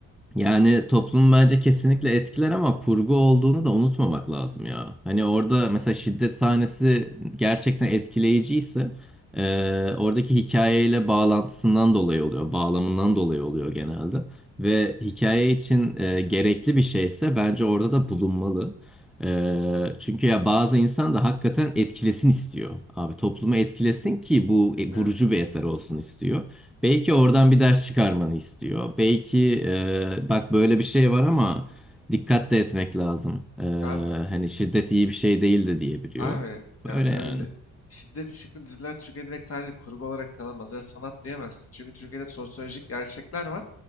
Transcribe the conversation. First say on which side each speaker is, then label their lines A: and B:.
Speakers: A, in the centre; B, on the left.
A: Yani toplum bence kesinlikle etkiler ama kurgu olduğunu da unutmamak lazım ya. Hani orada mesela şiddet sahnesi gerçekten etkileyiciyse eee, oradaki hikayeyle bağlantısından dolayı oluyor, bağlamından dolayı oluyor genelde. Ve hikaye için eee, gerekli bir şeyse bence orada da bulunmalı. Eee, çünkü ya bazı insan da hakikaten etkilesin istiyor. Abi toplumu etkilesin ki bu e,
B: Evet.
A: vurucu bir eser olsun istiyor. Belki oradan bir ders çıkarmanı istiyor. Belki e, bak böyle bir şey var ama dikkat de etmek lazım. E,
B: Abi.
A: hani şiddet iyi bir şey değil de diyebiliyor.
B: Abi ya
A: Böyle
B: öyle
A: yani.
B: şiddet içerikli diziler Türkiye direkt sadece kurgu olarak kalamaz ya sanat diyemezsin. Çünkü Türkiye'de sosyolojik gerçekler var.